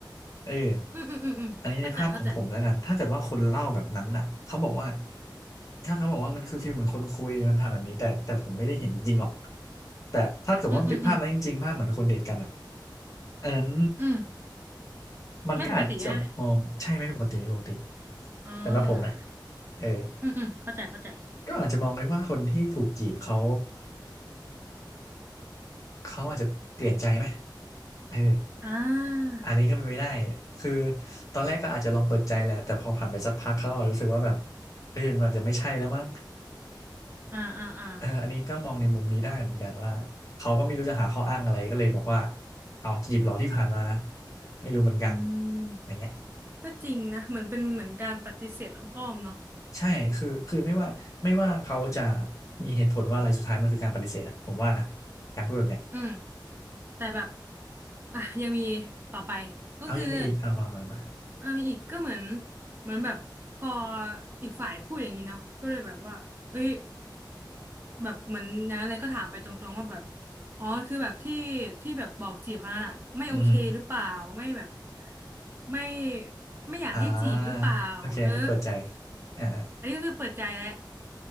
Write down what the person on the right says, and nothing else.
อืมอืมอืมอืมเข้าใจเข้าใจ
อืมอืมอืม
อืม
ไม่ปกติฮะอ่า
อืมอืมเข้าใจเข้าใจ
อ่า
อ่าอ่าอ่า
อืม
ก็จริงนะเหมือนเป็นเหมือนการปฏิเสธอ้อมๆเนาะ
อืมแต่แบบอ่ะยังมีต่อไปก็คือ
อ่ามีอีกก็เหมือนเหมือนแบบพออีกฝ่ายพูดอย่างนี้เนาะก็เลยแบบว่าเอ้ยแบบเหมือนอย่างนั้นเลยก็ถามไปตรงๆว่าแบบอ๋อคือแบบที่ที่แบบบอกจีบเขานั่นอะไม่โอเคหรือเปล่าไม่แบบ
ไม่ไม่อยากให้จีบหรือเปล่าเออ
อันนี้ก็คือเปิดใจแล้ว